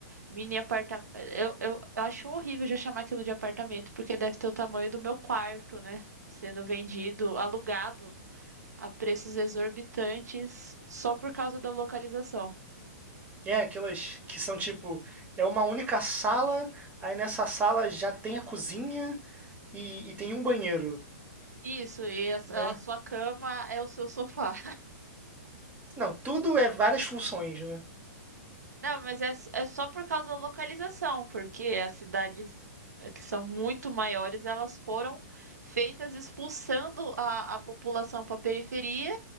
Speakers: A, on the right; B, on the right.
A: mini apartamentos. Eu, eu, eu acho horrível já chamar aquilo de apartamento, porque deve ter o tamanho do meu quarto, né? Sendo vendido, alugado a preços exorbitantes só por causa da localização.
B: É aquelas que são tipo, é uma única sala, aí nessa sala já tem a cozinha e, e tem um banheiro,
A: Isso, e a,
B: né?
A: a sua cama é o seu sofá.
B: Não, tudo é várias funções, né?
A: Não, mas é, s- é só por causa da localização, porque as cidades que são muito maiores, elas foram feitas expulsando a, a população para a periferia